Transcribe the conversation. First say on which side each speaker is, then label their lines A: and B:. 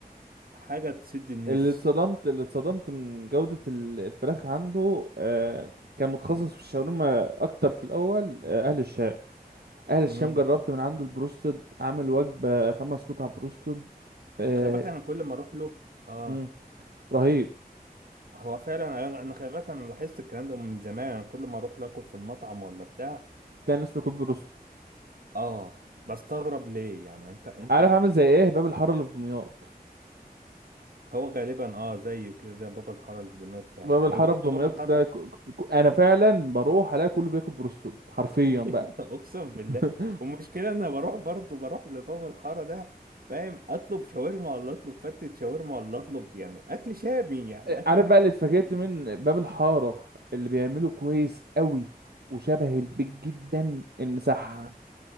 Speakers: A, on the right; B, on the right.
A: حاجة تسد النفس
B: اللي اتصدمت اللي اتصدمت من جوده ال- الفراخ عنده آه كان متخصص في الشاورما اكتر في الاول آه اهل الشام اهل الشام
A: امم
B: جربت من عنده البروستد عامل وجبه خمس قطع بروستد آه
A: خلي بالك انا كل ما اروح له اه
B: مم. رهيب
A: هو فعلا انا أنا خلي بالك انا لاحظت الكلام ده من زمان كل ما اروح لاكل في المطعم ولا بتاع
B: كان اسمه كوب بروستد
A: اه بستغرب ليه يعني انت انت
B: عارف
A: تخ...
B: عامل زي ايه باب الحاره اللي في دمياط
A: هو غالبا اه زيه كده زي بابا الحاره اللي في دمياط فعلا
B: باب الحاره
A: وبرضه
B: في دمياط
A: بابا الحاره
B: لا ك... ك... انا فعلا بروح الاقي كله بياكل بروستون حرفيا
A: <laughs>
B: بقى
A: اقسم بالله
B: <laughs>
A: والمشكله انا بروح برضه بروح لبابا الحاره ده فاهم اطلب شاورما ولا اطلب فتة شاورما ولا اطلب يعني اكل شامي يعني اكل
B: عارف
A: اكل
B: بقى اللي اتفاجئت
A: شامي
B: من باب الحاره اللي بيعمله كويس قوي وشبه البيت جدا المسحب
A: آه.